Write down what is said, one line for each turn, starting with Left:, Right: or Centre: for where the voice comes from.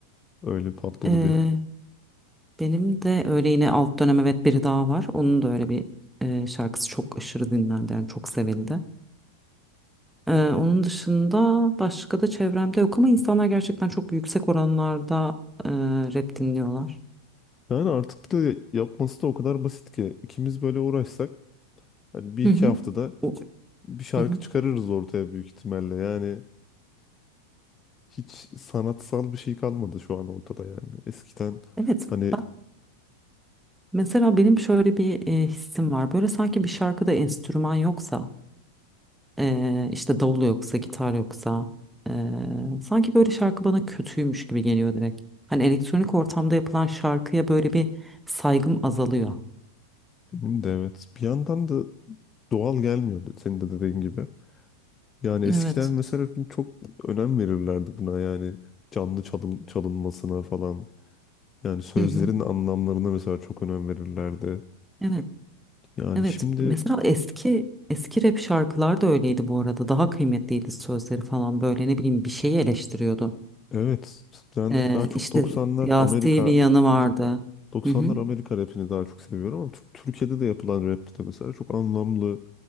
Left: Öyle patladı
Centre: eee,
Left: bir.
Centre: benim de öyle yine alt dönem evet biri daha var. Onun da öyle bir eee, şarkısı çok aşırı dinlendi yani çok sevildi. Eee, onun dışında başka da çevremde yok ama insanlar gerçekten çok yüksek oranlarda eee, rap dinliyorlar.
Left: Yani artık da yapması da o kadar basit ki ikimiz böyle uğraşsak hani bir
Centre: Hı
Left: iki
Centre: hı.
Left: haftada
Centre: O-
Left: bir şarkı
Centre: Hı hı.
Left: çıkarırız ortaya büyük ihtimalle. Yani hiç sanatsal bir şey kalmadı şu an ortada yani. Eskiden
Centre: Evet,
Left: hani
Centre: ben- mesela benim şöyle bir e, hissim var. Böyle sanki bir şarkıda enstrüman yoksa, e, işte davul yoksa, gitar yoksa, e, sanki böyle şarkı bana kötüymüş gibi geliyor direkt. Hani elektronik ortamda yapılan şarkıya böyle bir saygım azalıyor.
Left: benim de evet bir yandan da doğal gelmiyordu senin de dediğin gibi. Yani
Centre: Evet.
Left: eskiden mesela çok önem verirlerdi buna yani canlı çalın, çalınmasına falan. Yani sözlerin
Centre: Hı hı.
Left: anlamlarına mesela çok önem verirlerdi.
Centre: Evet.
Left: Yani
Centre: Evet.
Left: şimdi
Centre: Mesela eski eski rap şarkılar da öyleydi bu arada. Daha kıymetliydi sözleri falan böyle ne bileyim bir şeyi eleştiriyordu.
Left: evet ben
Centre: Ee,
Left: daha çok
Centre: işte
Left: 90'lar
Centre: siyasi
Left: Amerika
Centre: bir yanı vardı.
Left: 90'lar
Centre: Hı hı.
Left: Amerika rapini daha çok seviyorum ama Tür- Türkiye'de de yapılan rap de mesela çok anlamlı.